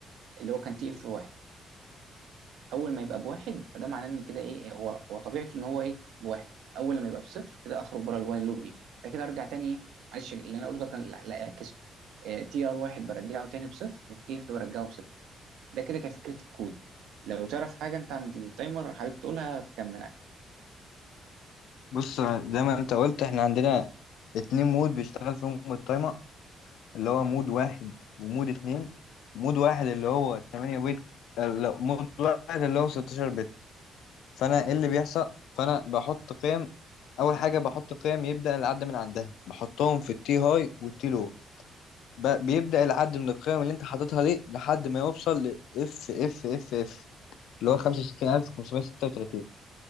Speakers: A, on the right; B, on the left.
A: اللي هو كان تي اف واحد اول ما يبقى بواحد فده معناه ان كده ايه هو هو طبيعته ان هو ايه بواحد اول لما يبقى بصفر كده اخرج بره الوايل لوب دي بعد كده ارجع تاني ايه معلش اللي انا قلته ده كان لا لا، اعكسه تي ار واحد برجعه تاني بصفر والتي اف برجعه بصفر ده كده كفكرة الكود لو تعرف حاجة انت عن التايمر حابب تقولها تكمل عليه
B: بص زي ما انت قلت احنا عندنا اتنين مود بيشتغل فيهم التايمر اللي هو مود واحد ومود اتنين مود واحد اللي هو 8 بت اه لا مود واحد اللي هو 16 بت فانا ايه اللي بيحصل فانا بحط قيم اول حاجة بحط قيم يبدأ العد من عندها بحطهم في التي هاي والتي لو ب- بيبدأ العد من القيم اللي انت حاططها دي لحد ما يوصل ل اف اف اف اف اللي هو 65536